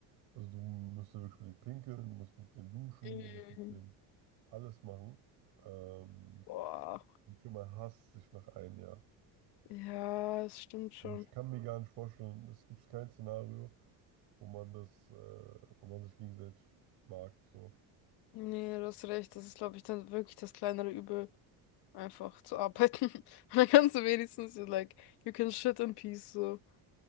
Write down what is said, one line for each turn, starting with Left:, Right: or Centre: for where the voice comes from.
Right: also du musst ja wirklich mit dem pinkeln, du musst mit dem duschen,
Left: Mhm.
Right: du musst mit dem alles machen. Ähm,
Left: Boah.
Right: und schon mal hasst sich nach einem Jahr.
Left: Ja, das stimmt schon.
Right: Also ich kann mir gar nicht vorstellen, es gibt kein Szenario, wo man das, äh, wo man sich gegenseitig mag, so.
Left: Nee, du hast recht. Das ist, glaube ich, dann wirklich das kleinere Übel, einfach zu arbeiten. <laughs> Und dann kannst du wenigstens, so, like, you can shit in peace, so.